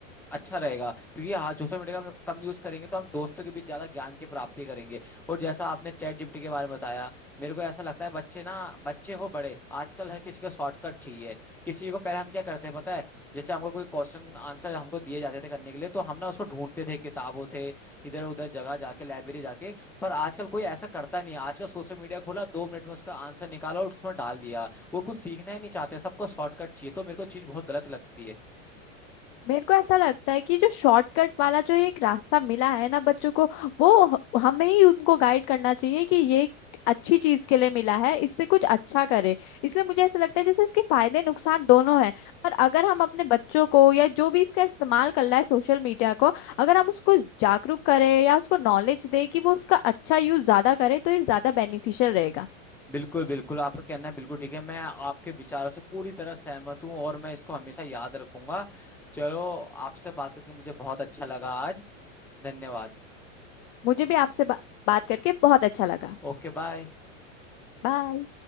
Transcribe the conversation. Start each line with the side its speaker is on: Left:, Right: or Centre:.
Centre: अच्छा रहेगा क्योंकि हाँ सोशल मीडिया का हम कम यूज करेंगे तो हम दोस्तों के बीच ज्यादा ज्ञान की प्राप्ति करेंगे और जैसा आपने चैट जीपीटी के बारे में बताया मेरे को ऐसा लगता है बच्चे ना बच्चे हो बड़े आजकल हर किसी को शॉर्टकट चाहिए किसी को पहले हम क्या करते हैं पता है जैसे हमको कोई क्वेश्चन आंसर हमको दिए जाते थे करने के लिए तो हम ना उसको ढूंढते थे किताबों से इधर उधर जगह जाके लाइब्रेरी जाके पर आजकल कोई ऐसा करता नहीं है आजकल सोशल मीडिया खोला दो मिनट में उसका आंसर निकाला और उसमें डाल दिया वो कुछ सीखना ही नहीं चाहते सबको शॉर्टकट चाहिए तो मेरे को चीज बहुत गलत लगती है
Left: मेरे को ऐसा लगता है कि जो शॉर्टकट वाला जो एक रास्ता मिला है ना बच्चों को वो ह- हमें ही उनको गाइड करना चाहिए कि ये एक अच्छी चीज के लिए मिला है इससे कुछ अच्छा करे इसलिए मुझे ऐसा लगता है जैसे इसके फायदे नुकसान दोनों हैं पर अगर हम अपने बच्चों को या जो भी इसका इस्तेमाल कर रहा है सोशल मीडिया को अगर हम उसको जागरूक करें या उसको नॉलेज दें कि वो उसका अच्छा यूज ज्यादा करे तो ये ज्यादा बेनिफिशियल रहेगा
Centre: बिल्कुल बिल्कुल आपका कहना है बिल्कुल ठीक है मैं आपके विचारों से पूरी तरह सहमत हूँ और मैं इसको हमेशा याद रखूंगा चलो आपसे बात करके मुझे बहुत अच्छा लगा आज धन्यवाद
Left: मुझे
Centre: ओ-
Left: भी आपसे बा- बात करके बहुत अच्छा लगा
Centre: ओके बाय
Left: बाय